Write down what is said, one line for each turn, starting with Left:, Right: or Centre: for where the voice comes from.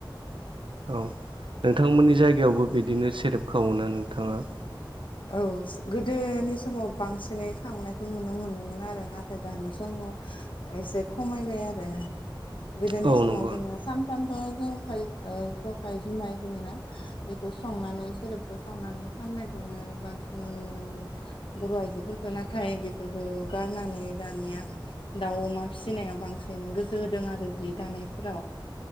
Right: औ नोंथांमोननि जायगायावबो बिदिनो सेरेप खावोना नोंथाङा।
Left: औ गोदोनि समाव बांसिनै खावनायखौ नुनो मोनोमोन आरो नाथाय दानि समाव एसे खमायबाय आरो गोदोनि
Right: औ
Left: समाव
Right: नंगौ
Left: जोङो सानफ्रामबो जखाय ओ जखाय जुमाय <unintelligible> ना बेखौ संनानै सेरेबखौ सावनानै फाननायखौनो बांसिन नुनो मोनोमोन बर' आइजोफोरखो नाथाय बेफोरखौ गारनानै दानिया दाउ अमा फिनाया बांसिन गोसो होदों आरो जि दानायफोराव।